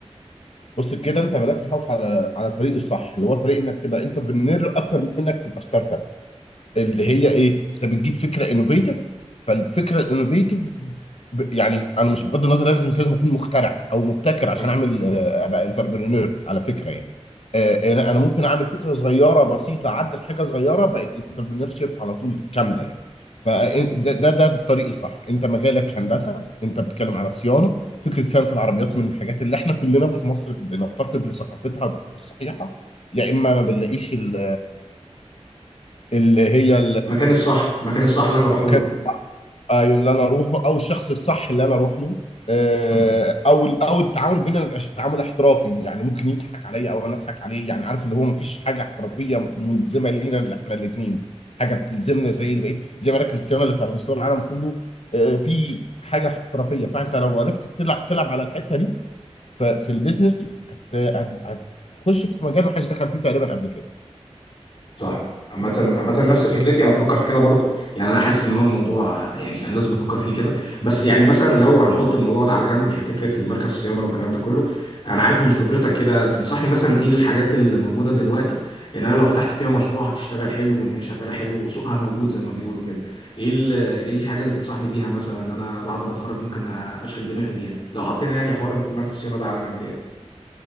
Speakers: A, on the left (about 60°); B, on the left (about 45°).
A: بص كده انت بدات تخاف على على الطريق الصح اللي هو طريق انك تبقى انتربرينور اكتر من انك تبقى ستارت اب اللي
B: مم.
A: هي ايه انت بتجيب فكره انوفيتيف فالفكره الانوفيتيف ب- يعني انا مش بغض النظر لازم مش لازم اكون مخترع او مبتكر عشان
B: مم.
A: اعمل آه، ابقى انتربرينور على فكره يعني آه، انا أنا ممكن اعمل فكره صغيره بسيطه اعدل حاجه صغيره بقت انتربرينور شيب على طول كامله يعني فده ده ده الطريق الصح انت مجالك هندسه انت بتتكلم على صيانه فكره صيانه العربيات من الحاجات اللي احنا كلنا في مصر بنفتقد لثقافتها الصحيحه يا اما ما بنلاقيش ال- اللي هي
B: المكان الصح المكان الصح اللي انا اروحه
A: المكان ايوه اللي انا اروحه او الشخص الصح اللي انا اروح له آه،
B: له
A: او ال- او التعامل بينا ما يبقاش تعامل احترافي يعني ممكن يضحك عليا او انا اضحك عليه يعني عارف اللي هو ما فيش حاجه احترافيه ملزمه لينا اللي احنا الاثنين حاجه بتلزمنا زي اللي بقيت زي مراكز الصيانه اللي في على مستوى العالم كله آه، في حاجه احترافيه فانت لو عرفت تلعب تلعب على الحته دي ففي البيزنس هت- هت- هتخش في مجال ما حدش دخل فيه تقريبا قبل كده
B: صح عامة عامة نفس فكرتي انا بفكر في كده برضو يعني انا حاسس ان هو الموضوع يعني انا لازم افكر فيه كده بس يعني مثلا لو هنحط الموضوع ده على جنب بحب فكرة المركز الصيانة والكلام ده كله انا عارف من خبرتك كده تنصحني مثلا ايه الحاجات اللي موجودة دلوقتي ان انا لو فتحت فيها مشروع هتشتغل حلو وان هي شغالة حلو وسوقها موجود زي ما بيقولوا كده ايه ال- ايه الحاجة اللي تنصحني بيها مثلا ان انا بعد ما اتخرج ممكن اشغل دماغي بيها لو حطينا يعني حوار مركز الصيانة ده على جنب يعني